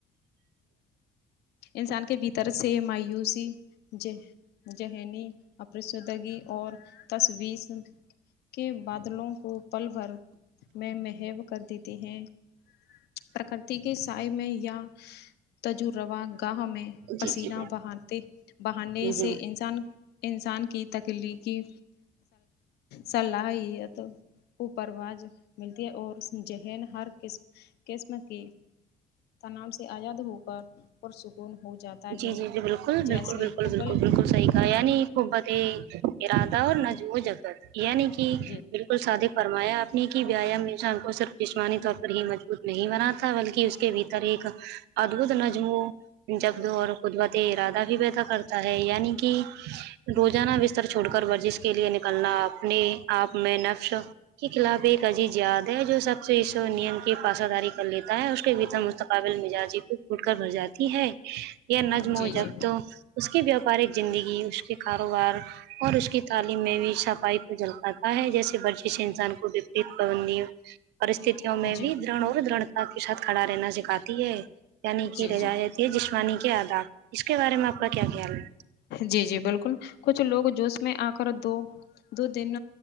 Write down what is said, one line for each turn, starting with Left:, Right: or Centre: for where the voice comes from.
Left: انسان کے بھیتر سے مایوسی جے ذہنی اپشدگی اور تصویس کے بادلوں کو پل بھر میں محب کر دیتے ہیں پرکرتی کے سائے میں یا تجربہ گاہ میں پسینہ
Right: جی جی
Left: بہاتے بہانے
Right: بالکل
Left: سے
Right: جی
Left: انسان انسان کی تکلیقی صلاح ہی ہے تو کو پروج ملتی ہے اور اسکی ذہن ہر قس قسم کی تناام سے آزاد ہو کر پرسکون ہو جاتا ہے
Right: جی جی جی بالکل
Left: جیسے
Right: بالکل بالکل
Left: قبل
Right: بالکل بالکل صحیح یعنی قبت ارادہ اور نہ جم جگت یعنی کہ
Left: جی
Right: ب سادے فرمایا آپ نے کہ ویایام انشان کو صرف جسمانی طور پر ہی مجبوط نہیں بنا تھا بلکہ اس کے کے بھیتر ایک ادھت نظم ہو جب اور قدرت ارادہ بھی پیدا کرتا ہے یعنی کہ روزانہ بستر چھوڑ کر ورزش کا کے لیے نکلنا اپنے آپ میں نقش کے خلاف ایک عجیز یاد ہے جو سب سے اس نیم کی پاسداری کر لیتا ہے اس کے بھیتر مقب قابل مزاجی کو پھٹ کر بھر جاتی ہے یہ نجم
Left: جی
Right: و جب
Left: جی
Right: تو اس کی بییاوپارک زندگی اس کے کاروبار اور اس کی تعلیم میں بھی صفائی کو جل پاتا ہے جیسے برچش انسان کوپریت پابندی پرستتی میں
Left: جی
Right: بھی دڑ اور دھتا کے ساتھ کھڑا رہنا سکھاتی ہے یعنی
Left: جی
Right: کہ
Left: جی
Right: رجایت یہ جسمانی کے آداب اس کے بارے میں آپ کا کیا خیال ہے
Left: جی جی بالکل کچھ لوگ جو میں آ کر دو دو دن